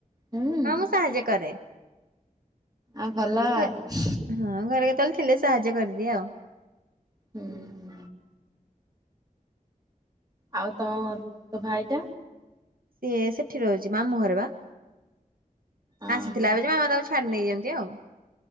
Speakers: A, on the right (about 25°); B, on the right (about 80°).
A: ହୁଁ
B: ହଁ ମୁଁ ସାହାଯ୍ୟ କରେ।
A: ଆଉ ଭଲ ଆଉ।
B: ଘ ହଁ ଘରେ କେତହେଳେ ଥିଲେ ସାହାଯ୍ୟ କରିଦିଏ ଆଉ।
A: ହୁଁ ହୁଁ। ଆଉ ତମ ତୋ ଭାଇଟା?
B: ସିଏ ସେଠି ର ଅଛି ମାମୁଁ ଘରେ ବା।
A: ଓହୋ
B: ଆସିଥିଲା ଏବେ ଯେ ମାମା ତାକୁ ଛାଡି ନେଇଯନ୍ତି ଆଉ।